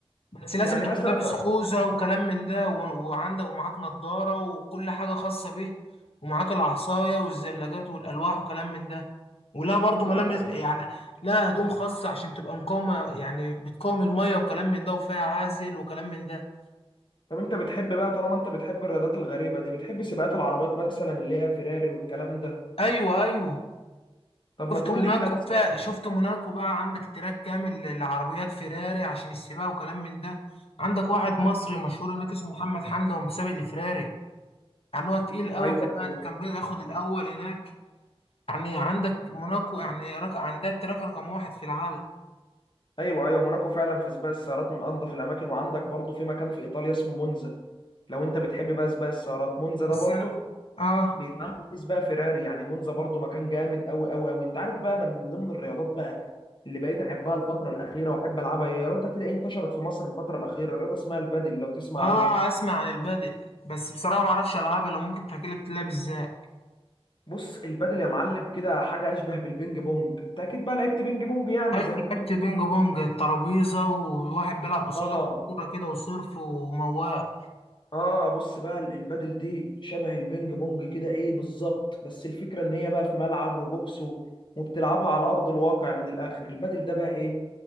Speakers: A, on the left; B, on the left.
A: بس لازم
B: يعني
A: تكون
B: مثلا
A: لابس خوذة وكلام من ده و- وعندك ومعاك نضارة وكل حاجة خاصة به ومعاك العصاية والزلاجات والألواح وكلام من ده ولا برضو
B: طب
A: ملابس
B: انت
A: يعني لا هدوم خاصة عشان تبقى مقاومة يعني بتقاوم المية وكلام من ده وفيها عازل وكلام من ده
B: طب انت بتحب بقى طالما انت بتحب الرياضات الغريبه دي بتحب سباقات العربيات مثلا اللي هي فيراري والكلام ده
A: أيوة أيوة
B: طب ما
A: شفت
B: تقول
A: موناكو
B: لي كده مثلا
A: فيها شفت موناكو بقى عندك تراك كامل لعربيات فيراري عشان السباق وكلام من ده عندك واحد
B: آه،
A: مصري مشهور هناك اسمه محمد حمدة ومسابق لفيراري يعني هو تقيل قوي
B: ايوه
A: كمان
B: ايوه
A: كان بياخد الأول هناك يعني عندك موناكو يعني رق... عندها التراك رقم واحد في العالم
B: ايوه ايوه موناكو فعلا في سباق السيارات من انظف الاماكن وعندك برضو في مكان في ايطاليا اسمه مونزا لو انت بتحب بقى سباق السيارات مونزا ده
A: بس
B: برضو
A: انا اه
B: بيتعمل فيه سباق فيراري يعني مونزا برضو مكان جامد قوي قوي قوي انت عارف بقى انا من ضمن الرياضات بقى اللي بقيت احبها الفتره الاخيره واحب العبها هي رياضه كده انتشرت في مصر الفتره الاخيره رياضه اسمها البادل لو تسمع
A: اه
B: عنها
A: اسمع عن البادئ بس بصراحه ما بعرفش العبها لو ممكن تحكي لي بتلعب ازاي
B: بص البادل يا معلم كده حاجه اشبه بالبينج بونج انت اكيد بقى لعبت بينج بونج يعني
A: ايوه
B: زي كل
A: لعبت
B: الناس.
A: بينج بونج الترابيزه وواحد بيلعب قصادك
B: اه
A: كوره كده وصرف ومواق
B: اه بص بقى ال- البادل دي شبه البينج بونج كده ايه بالظبط بس الفكره ان هي بقى في ملعب وبوكس و- وبتلعبها على ارض الواقع من الاخر البادل ده بقى ايه